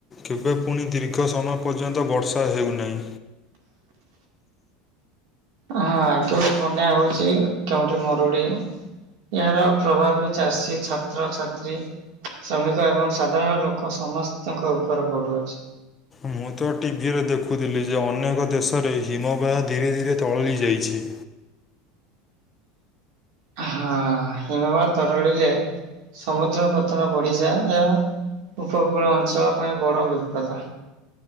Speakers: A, on the left (about 20°); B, on the right (about 65°).
A: କେବେ ପୁଣି ଦୀର୍ଘ ସମୟ ପର୍ଯ୍ୟନ୍ତ ବର୍ଷା ହେଉନାହିଁ।
B: ହଁ କେଉଠି ବନ୍ୟା ହଉଛି କେଉଠି ମରୁଡି। ଏହାର ପ୍ରଭାବ ବି ଚାଷୀ ଛାତ୍ରଛାତ୍ରୀ ଶ୍ରମିକ ଏବଂ ସାଧାରଣ ଲୋକ ସମସ୍ତଙ୍କ ଉପରେ ପଡ଼ୁଚି।
A: ମୁଁ ତ ଟିଭିରେ ଦେଖୁଥିଲି ଯେ ଅନେକ ଦେଶରେ ହିମବାହ ଧୀରେ ଧୀରେ ତରଳି ଯାଇଛି।
B: ହଁ ହିମବା ତରଳିଲରେ ସମୁଦ୍ର ପଥନ ବଢ଼ିଯାଏ ଏହା ଉପକୂଳ ଅଞ୍ଚଳ ପାଇଁ ବଡ଼ ବିପଦ।